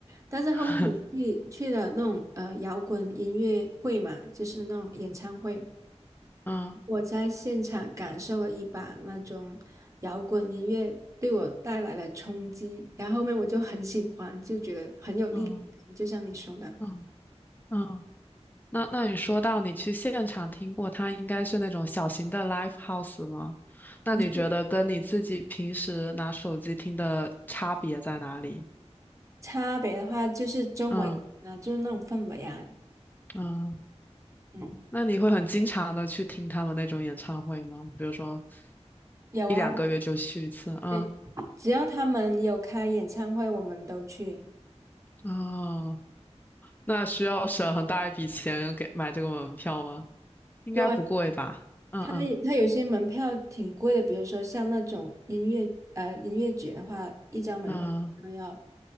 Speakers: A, on the right; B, on the left.
A: 但是后面我去去了那种呃摇滚音乐会嘛，
B: <laughs>
A: 就是那种演唱会，
B: 嗯
A: 我在现场感受了一把那种摇滚音乐对我带来的冲击，然后后面我就很喜欢，就觉得很有力量感就像你说的，
B: 嗯嗯嗯。那那你说到你去现场听过，它应该是那种小型的 live house 吗？那你觉得跟你自己平时拿手机听的差别在哪里？
A: 不是差别的话，就是周围啊，
B: 嗯
A: 就是那种氛围啊，
B: 嗯，
A: 嗯，
B: 那你会很经常的去听他们那种演唱会吗？比如说
A: 有啊，
B: 一两个月就去一次？
A: 我
B: 啊
A: 会只要他们有开演唱会，我们都去。
B: 哦，那需要省很大一笔钱给买这个门票吗？应该不贵吧？
A: 对，
B: 嗯嗯
A: 他他有些门票挺贵的，比如说像那种音乐呃音乐节的话，一张门票好像要，
B: 嗯